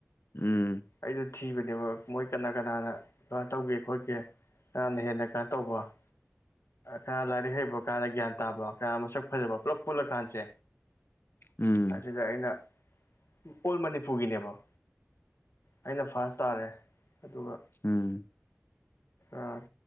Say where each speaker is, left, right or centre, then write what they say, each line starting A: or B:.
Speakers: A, on the left; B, on the left.
A: ꯎꯝ
B: ꯑꯩꯗꯣ ꯊꯤꯕꯅꯦꯕ ꯃꯣꯏ ꯀꯅꯥ ꯀꯅꯥꯅ ꯀꯃꯥꯢ ꯇꯧꯒꯦ ꯈꯣꯠꯀꯦ ꯅꯍꯥꯟꯅ ꯍꯦꯟꯅ ꯀꯩꯅꯣ ꯇꯧꯕ ꯈꯔ ꯂꯥꯏꯔꯤꯛ ꯍꯩꯕ ꯀꯅ ꯒ꯭ꯌꯥꯟ ꯇꯥꯕ ꯈꯔ ꯃꯁꯛ ꯐꯖꯕ ꯄꯨꯂꯞ ꯄꯨꯜꯂ ꯀꯥꯟꯁꯦ
A: ꯎꯝ
B: ꯑꯁꯤꯗ ꯑꯩꯅ ꯑꯣꯜ ꯃꯅꯤꯄꯨꯔꯒꯤꯅꯦꯕ ꯑꯩꯅ ꯐꯥꯔꯁ ꯇꯥꯔꯦ ꯑꯗꯨꯒ
A: ꯎꯝ
B: ꯑꯁ